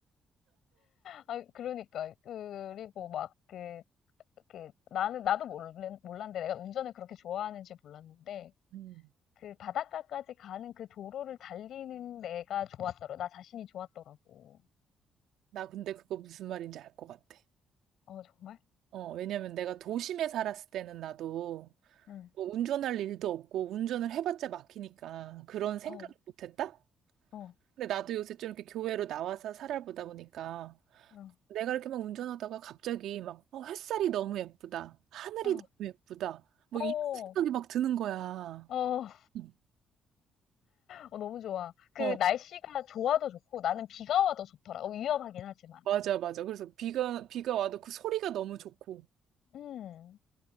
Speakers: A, on the left; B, on the right.
A: 아, 그러니까. 그리고 막 그, 그, 나는, 나도 몰랐, 몰랐는데 내가 운전을 그렇게 좋아하는지 몰랐는데,
B: 음.
A: 그 바닷가까지 가는 그 도로를 달리는 내가 좋았더라. 고 나 자신이 좋았더라고.
B: 나 근데 그거 무슨 말인지 알 것 같아.
A: 어, 정말?
B: 어, 왜냐면 내가 도심에 살았을 때는 나도
A: 응.
B: 뭐 운전할 일도 없고 운전을 해봤자 막히니까 그런 생각을
A: 어,
B: 못 했다?
A: 어,
B: 근데 나도 요새 좀 이렇게 교외로 나와서 살아보다 보니까
A: 어,
B: 내가 이렇게 막 운전하다가 갑자기 막 어, 햇살이 너무 예쁘다. 하늘이
A: 어,
B: 너무 예쁘다. 뭐
A: 어,
B: 이런 생각이 막 드는 거야.
A: 어.
B: 응.
A: 어, 너무 좋아. 그
B: 어,
A: 날씨가 좋아도 좋고 나는 비가 와도 좋더라. 어, 위험하긴 하지만.
B: 맞아, 맞아. 그래서 비가, 비가 와도 그 소리가 너무 좋고.
A: 음,